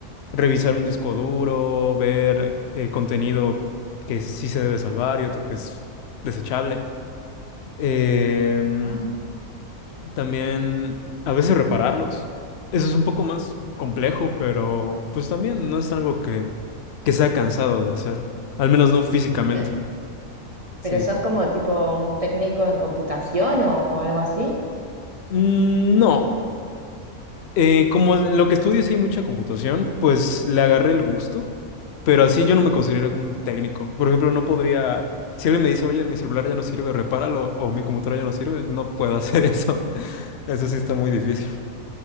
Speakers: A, on the left; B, on the right.
A: revisar un disco duro, ver eh, contenido que sí se debe salvar y otro que es desechable. Em,
B: ah,
A: también a veces repararlos. Eso es un poco más complejo, pero pues también no es algo que, que sea cansado de hacer, al menos no físicamente.
B: pero,
A: Sí.
B: pero
A: sí.
B: sos como tipo un técnico en computación o, o algo así.
A: Mm, No. Eh, como en lo que estudio sí hay mucha computación, pues le agarré el gusto, pero así yo no me considero como un técnico. Por ejemplo, no podría, si alguien me dice, oye, mi celular ya no sirve, repáralo, o mi computadora ya no sirve, no puedo hacer eso. <laughs> Eso sí está muy difícil.